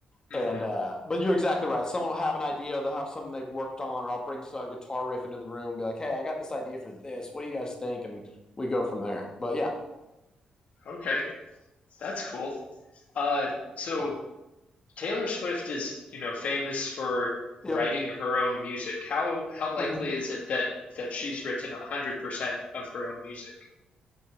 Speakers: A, on the left; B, on the left.
A: hmm
B: And uh but you're exactly right. Someone will have an idea, they'll have something they've worked on, or I'll bring a guitar riff into the room and be like, Hey, I got this idea for this. What do you guys think? And we go from there. But yeah,
A: Okay, that's cool. Uh, so.
B: no.
A: Taylor Swift is, you know, famous for
B: Yep.
A: writing her own music. How how likely
B: hmm
A: is it that that she's written a hundred percent of her own music?